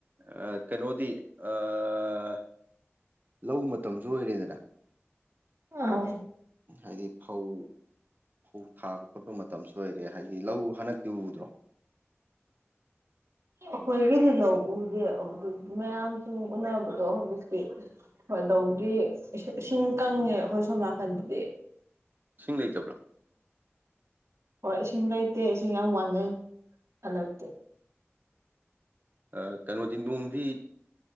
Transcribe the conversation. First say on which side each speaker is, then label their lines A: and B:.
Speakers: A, on the right; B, on the right.
A: ꯑ ꯀꯩꯅꯣꯗꯤ ꯑꯥ ꯂꯧ ꯃꯇꯝꯖꯨ ꯑꯣꯏꯔꯦꯗꯅ
B: ꯑꯥꯎ
A: ꯍꯥꯏꯗꯤ ꯐꯧ ꯐꯧ ꯊꯥꯕ ꯈꯣꯠꯄ ꯃꯇꯝꯁꯨ ꯑꯣꯏꯔꯦ ꯍꯥꯏꯗꯤ ꯂꯧ ꯍꯟꯗꯛꯇꯤ ꯎꯗ꯭ꯔꯣ
B: ꯑꯈꯣꯏꯒꯤꯗꯤ ꯂꯧ ꯎꯗꯦ ꯑꯗꯨꯕꯨ ꯃꯌꯥꯝ ꯁꯨꯝ ꯎꯅꯕꯗꯣ ꯍꯧꯖꯤꯛꯀꯤ ꯍꯣꯏꯗꯧꯒꯤ ꯏꯁꯤ ꯏꯁꯤꯡ ꯀꯪꯉꯦ ꯑꯩꯈꯣꯏ ꯁꯣꯝ ꯅꯥꯀꯟꯗꯗꯤ
A: ꯏꯁꯤꯡ ꯂꯩꯇꯕ꯭ꯔꯣ
B: ꯍꯣꯏ ꯏꯁꯤꯡ ꯂꯩꯇꯦ ꯏꯁꯤꯡ ꯌꯥꯝ ꯋꯥꯅꯩ ꯍꯟꯗꯛꯇꯤ
A: ꯑ ꯀꯅꯣꯗꯤ ꯅꯣꯡꯗꯤ